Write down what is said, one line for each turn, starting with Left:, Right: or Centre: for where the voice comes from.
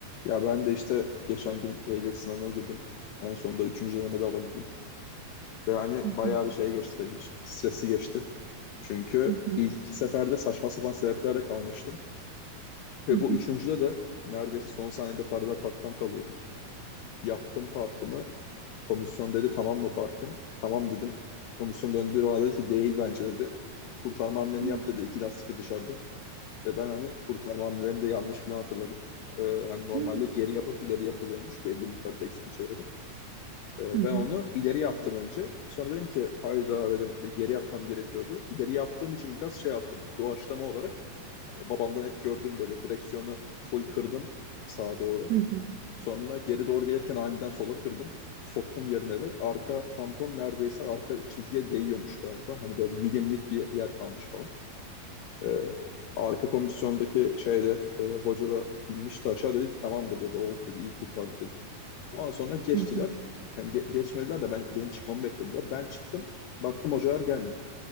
Left: Ya ben de işte geçen gün ehliyet sınavına girdim. En sonunda üçüncü denemede alabildim. Ve hani
Right: Hı
Left: bayağı
Right: hı,
Left: bir şey geçti benim için. Stresli geçti. Çünkü
Right: hı hı,
Left: ilk iki seferde saçma sapan sebeplerle kalmıştım. Ve
Right: hı
Left: bu
Right: hı.
Left: üçüncüde de neredeyse son saniyede paralel parktan kalıyordum. Yaptım parkımı. Komisyon dedi tamam mı parkın? Tamam dedim. Komisyon döndü bana dedi ki değil bence dedi. Kurtarma hamleni
Right: Hı
Left: yap dedi. İki lastik de dışarıda. Ve ben hani kurtarma hamlelerini de yanlış falan hatırladım. Ee, hani normalde
Right: hı,
Left: geri yapıp ileri yapılıyormuş belli miktar direksiyon çevirerek. Ee,
Right: hı hı,
Left: ben onu ileri yaptım önce. Sonra dedim ki hayda dedim bir geri yapmam gerekiyordu. İleri yaptığım için biraz şey yaptım. Doğaçlama olarak hani babamdan hep gördüğüm böyle direksiyonu full kırdım sağa doğru.
Right: hı hı,
Left: Sonra geri doğru gelirken aniden sola kırdım. Soktum yerine ve arka tampon neredeyse arka çizgiye değiyormuş galiba. Hani böyle milimlik bir yer kalmış falan. Ee, arka komisyondaki şeyde e, hoca da inmişti aşağı dedi ki tamamdır dedi oldu dedi iyi kurtardık dedi. Ondan sonra geçtiler.
Right: hı hı,
Left: Yani ge- geçmediler de ben benim çıkmamı beklediler. Ben çıktım. Baktım hocalar gelmiyor.